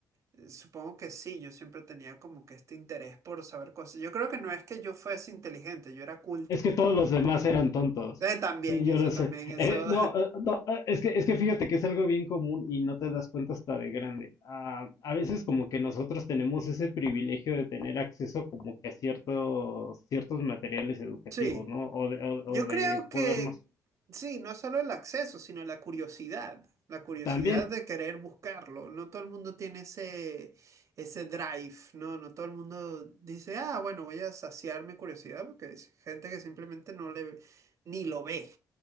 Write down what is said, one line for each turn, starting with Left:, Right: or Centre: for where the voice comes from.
Right: eh, supongo que sí, yo siempre tenía como que este interés por saber cosas. Yo creo que no es que yo fuese inteligente, yo era culto.
Left: Es que todos los demás eran tontos.
Right: Eh, también,
Left: Y yo
Right: eso
Left: lo sé.
Right: también, eso,
Left: Eh, no, eh, no, eh, es que, es que fíjate que es algo bien común y no te das cuenta hasta de grande. Ah, a veces como que nosotros tenemos ese privilegio de tener acceso como que a ciertos, ciertos materiales educativos,
Right: <laughs> sí.
Left: ¿no? O de, o,
Right: Yo
Left: o de
Right: creo que
Left: podernos.
Right: sí, no solo el acceso, sino la curiosidad, la curiosidad
Left: También,
Right: de querer buscarlo. No todo el mundo tiene ese, ese drive, ¿no? No todo el mundo dice, ah, bueno, voy a saciar mi curiosidad, porque es gente que simplemente no le, ni lo ve,